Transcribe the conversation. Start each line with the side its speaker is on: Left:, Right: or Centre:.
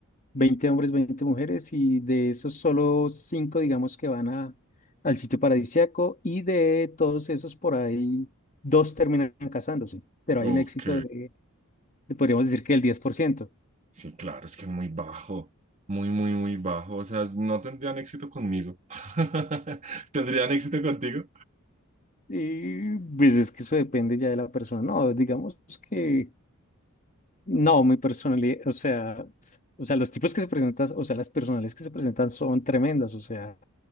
Left: 20 hombres, veinte mujeres y de esos solo 5 digamos que van a, al sitio paradisíaco y de todos esos por ahí dos terminan casándose, pero
Right: ok,
Left: hay un éxito de, de podríamos decir que el diez por ciento
Right: sí, claro, es que es muy bajo, muy, muy, muy bajo, o sea, no tendrían éxito conmigo. <laughs> ¿Tendrían éxito contigo?
Left: Y pues es que eso depende ya de la persona. No, digamos que no, mi personalidad, o sea, o sea, los tipos que se presentan, o sea, las personalidades que se presentan son tremendas, o sea,